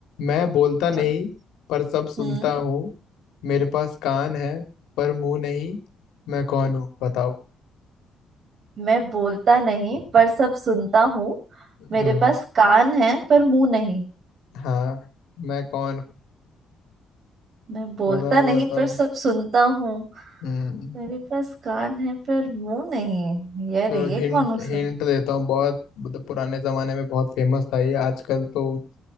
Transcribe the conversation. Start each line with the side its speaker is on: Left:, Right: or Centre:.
Left: मैं बोलता नहीं
Right: <laughs> चलो
Left: पर सब सुनता
Right: हम्म
Left: हूँ मेरे पास कान है पर मुंह नहीं मैं कौन हूँ बताओ
Right: मैं बोलता नहीं पर सब सुनता हूँ मेरे
Left: हम्म
Right: पास कान है पर मुंह नहीं
Left: हाँ मैं कौन हूँ
Right: मैं बोलता
Left: बताओ
Right: नहीं
Left: बताओ
Right: पर सब सुनता हूँ
Left: हम्म
Right: मेरे पास कान है पर मुंह नहीं यार
Left: चलो
Right: ये
Left: हिंट
Right: कौन हो सब
Left: हिंट देता हूँ बहुत मतलब पुराने जमाने में बहुत फेमस था ये आजकल तो